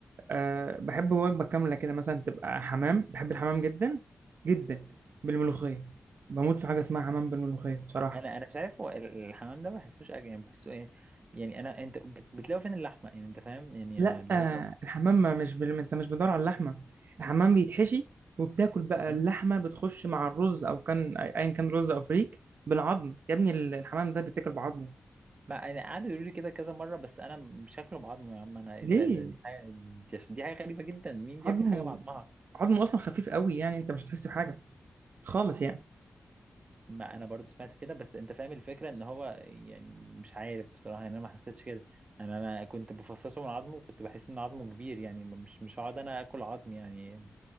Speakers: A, on the right; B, on the right.
A: أه بحب وجبه كامله كده مثلا تبقى حمام بحب الحمام جدا جدا بالملوخيه بموت في حاجه اسمها حمام بالملوخيه بصراحه
B: انا انا مش عارف هو ال- الحمام ده ما بحسوش اكل يعني بحسه ايه يعني انا انت بت- بتلاقوا فين اللحمه يعني انت فاهم يعني
A: لا
B: انا اللي
A: آه،
B: هو
A: الحمام ما مش بال... انت مش بتدور على اللحمه الحمام بيتحشي وبتاكل بقى
B: مم؟
A: اللحمه بتخش مع الرز او كان ايا كان رز او فريك بالعظم يا ابني ال- الحمام ده بيتاكل بعظمه
B: ما انا قعدوا يقولوا لي كده كذا مره بس انا م- شكله بعظمه يا عم انا ايه
A: ليه
B: ده ده دي حاجه دي دي حاجه غريبه جدا مين بياكل
A: عظمه
B: حاجه بعظمها
A: عظمه اصلا خفيف قوي يعني انت مش هتحس بحاجه خالص يعني
B: ما انا برضو سمعت كده بس انت فاهم الفكره ان هو يعني مش عارف بصراحه يعني انا ما حسيتش كده انا انا كنت بفصصه من عظمه وكنت بحس ان عظمه كبير يعني م- مش مش هقعد انا اكل عظم يعني